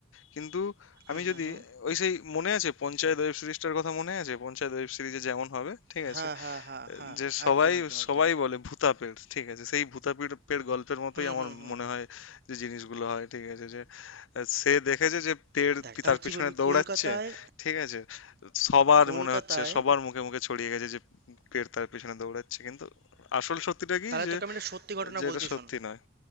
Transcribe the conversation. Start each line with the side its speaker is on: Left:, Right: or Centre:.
Left: কিন্তু
Right: হুম
Left: আমি
Right: হুম
Left: যদি
Right: হুম
Left: ওই সেই মনে আছে পঞ্চায়েত ওয়েব সিরিজটার কথা মনে আছে পঞ্চায়েত ওয়েব সিরিজে যেমন হবে ঠিক
Right: হ্যাঁ
Left: আছে
Right: হ্যাঁ হ্যাঁ হ্যাঁ
Left: যে সবাই
Right: একদম একদম একদম
Left: সবাই বলে ভূতাপেড় ঠিক আছে সেই ভূতাপেড় পেড় গল্পের মতোই
Right: হুম
Left: আমার
Right: হুম হুম
Left: মনে
Right: হুম
Left: হয় যে জিনিসগুলো হয় ঠিক আছে যে আহ, সে দেখেছে যে পেড়
Right: দেখ
Left: পি-
Right: তাহলে
Left: তার
Right: কি
Left: পিছনে
Right: বলবি
Left: দৌড়াচ্ছে
Right: কলকাতায়
Left: ঠিক আছে সবার
Right: কলকাতায়
Left: মনে হচ্ছে সবার মুখে মুখে ছড়িয়ে গেছে যে পেড় তার পিছনে দৌড়াচ্ছে কিন্তু আসল সত্যিটা কি
Right: তাহলে
Left: যে
Right: তোকে আমি একটা সত্যি ঘটনা
Left: যে
Right: বলছি
Left: এটা সত্যি
Right: শোন
Left: নয়